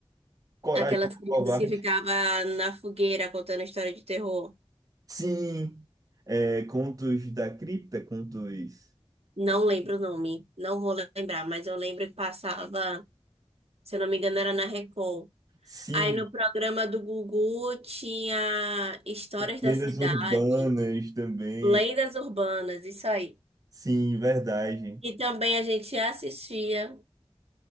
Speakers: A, on the right; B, on the right.
A: Coragem
B: aquelas
A: do
B: crianças
A: Covarde.
B: que ficavam na fogueira contando história de terror.
A: Sim, é, Contos da Cripta, contos.
B: Não lembro o nome, não vou lembrar, mas eu lembro que passava, se eu não me engano, era na Record.
A: Sim,
B: Aí no programa do Gugu tinha Histórias
A: lendas
B: da Cidade,
A: urbanas também.
B: Lendas Urbanas, isso aí.
A: Sim, verdade.
B: E também a gente assistia.